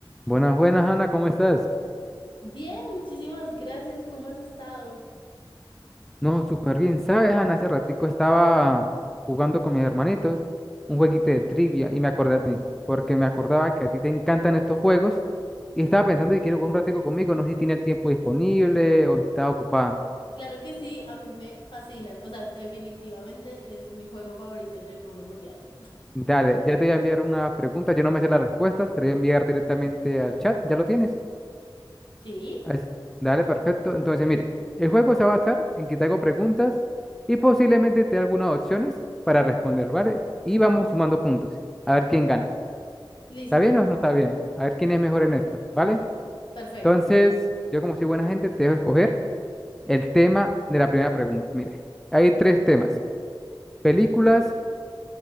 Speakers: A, in the centre; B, on the left.
A: Buenas, buenas, Ana, ¿cómo estás?
B: Bien, muchísimas gracias. ¿Cómo has estado?
A: No, súper bien. ¿Sabes, Ana? Hace ratico estaba jugando con mis hermanitos un jueguito de trivia y me acordé a ti, porque me acordaba que a ti te encantan estos juegos y estaba pensando que quieres jugar un ratico conmigo, no sé si tiene el tiempo disponible o si estás ocupada.
B: Claro que sí, a mí me fascinan. O sea, definitivamente es mi juego favorito en el mundo mundial.
A: Dale, ya te voy a enviar una pregunta, yo no me sé las respuestas, te voy a enviar directamente al chat, ¿ya lo tienes?
B: Sí,
A: Ah, Es- Dale, perfecto. Entonces, mire, el juego se va a basar en que te hago preguntas y posiblemente te dé algunas opciones para responder, ¿vale? Y vamos sumando puntos. A ver quién gana.
B: listo,
A: ¿Está bien o no está bien? A ver quién es mejor en esto, ¿vale?
B: perfecto.
A: Entonces, yo como soy buena gente, te dejo escoger el tema de la primera pregunta. Mire, hay tres temas. Películas,